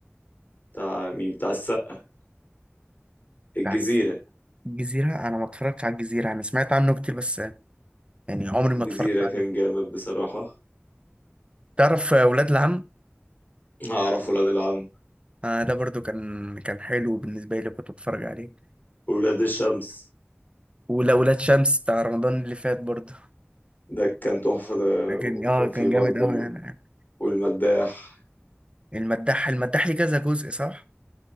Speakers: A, on the left (about 45°); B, on the right (about 25°).
A: بتاع مين بتاع السقا الجزيرة
B: بس الجزيره انا ما اتفرجتش على الجزيره انا سمعت عنه كتير بس يعني عمري ما
A: الجزيرة
B: اتفرجت عليه
A: كان جامد بصراحة
B: تعرف آه، ولاد العم
A: أعرف ولاد العم
B: آه ده برضو كان كان حلو بالنسبه لي كنت بتفرج عليه
A: ولاد الشمس
B: ولا ولاد شمس بتاع رمضان اللي فات برضو
A: ده كان تحفة ده
B: كان
A: وكان
B: اه كان
A: فيه برضو
B: جامد قوي يعني
A: والمداح
B: المداح المداح ليه كذا جزء صح